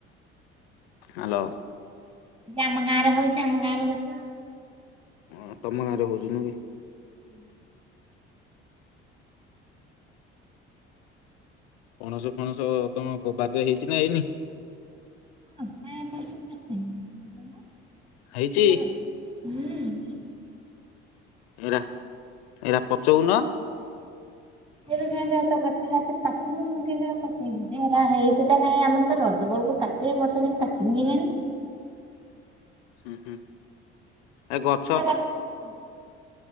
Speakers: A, on the left; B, on the right.
A: ହାଲୋ।
B: ୟେ ଆମ ଗାଁ ର ହଉଚି ଆମ ଗାଁ ରଖିବ।
A: ହଁ ତମ ଗାଁରେ ହଉଚି ନୁହଁ କି?
B: <inaudible>
A: ପଣସ ଫଣସ ତମ ବାଦ ହେଇଚି ନା ହେଇନି?
B: <inaudible>
A: ହେଇଛି ଏଇରା ଏଇରା ପଚଉନ?
B: ଏବେ କାଁଇ ତ ଗଛରେ ଆଉ ପାଚିନି ମୁଁ କେମିତି ପଚେଇବି ଯେ। ଏୟୀରା ହେଇଚି ତ କାଇଁ ଆମ ତ ରଜ ବେଳକୁ ପା ଏତେ ବର୍ଷ କାଇଁ ପାଚିନି କେଜାଣି?
A: ହୁଁ ହୁଁ ଏ ଗଛ
B: <inaudible>